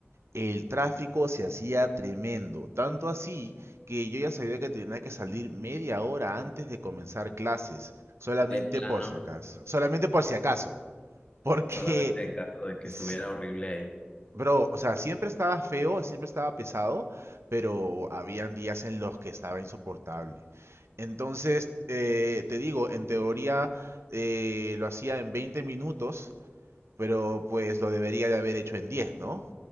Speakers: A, on the right; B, on the left.
A: el tráfico se hacía tremendo, tanto así que yo ya sabía que tenía que salir media hora antes de comenzar clases, solamente
B: de plano,
A: por si acaso, solamente por si acaso, <laughs> porque,
B: solamente en caso de que
A: sí,
B: estuviera horrible ahí.
A: bro, o sea, siempre estaba feo, siempre estaba pesado, pero habían días en los que estaba insoportable. Entonces, eh, te digo, en teoría eh, lo hacía en veinte minutos pero pues lo debería de haber hecho en 10, ¿no?